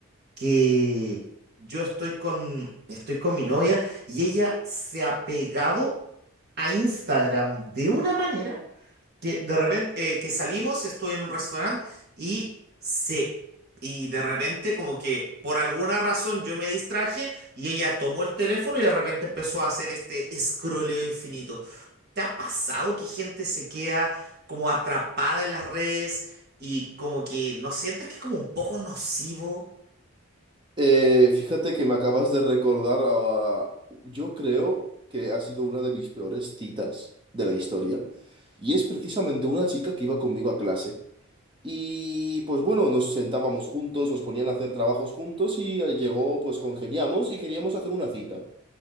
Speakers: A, on the right; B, on the right.
A: que yo estoy con, estoy con mi novia y ella se ha pegado a Instagram de una manera. Que de repente, eh, que salimos, estoy en un restaurante y se... Y de repente como que por alguna razón yo me distraje y ella tomó el teléfono y de repente empezó a hacer este escroleo infinito. ¿Te ha pasado que gente se queda como atrapada en las redes y como que no sientes que es como un poco nocivo?
B: Eh, fíjate que me acabas de recordar a- Yo creo que ha sido una de mis peores citas de la historia. Y es precisamente una chica que iba conmigo a clase. Y pues bueno, nos sentábamos juntos, nos ponían a hacer trabajos juntos y eh, llegó, pues congeniamos y queríamos hacer una cita.